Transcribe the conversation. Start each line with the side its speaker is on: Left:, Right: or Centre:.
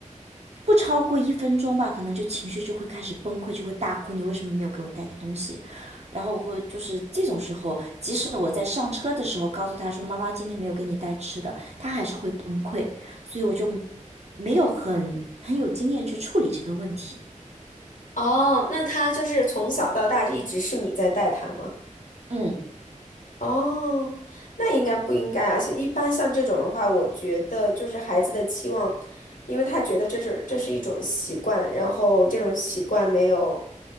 Right: 不超过一分钟吧，可能就情绪就会开始崩溃，就会大哭，你为什么没有给我带东西？然后我会就是这种时候，即使我在上车的时候告诉他说妈妈今天没有给你带吃的，他还是会崩溃，所以我就没有很很有经验去处理这个问题。
Left: 哦，那他就是从小到大一直是你在带他吗？
Right: 嗯。
Left: 哦，那应该不应该啊？像一般像这种的话，我觉得就是孩子的期望，因为他觉得这是这是一种习惯，然后这种习惯没有